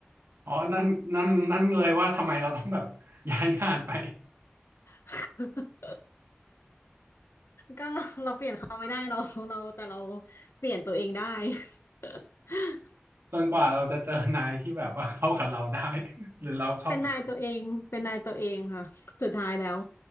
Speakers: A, on the right; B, on the left.
A: <laughs> อ๋อนั่นนั่นนั่นเลยว่าทำไมเราต้องแบบ <laughs> ย้ายงานไป
B: <laughs> ก็เราเราเปลี่ยนเขาไม่ได้เราเราแต่เราเปลี่ยนตัวเองได้ <laughs>
A: จนกว่าเราจะเจอนายที่แบบว่า <laughs> เข้ากับเราได้หรือเราเข้ากับ
B: เป็นนายตัวเองเป็นนายตัวเองค่ะสุดท้ายแล้ว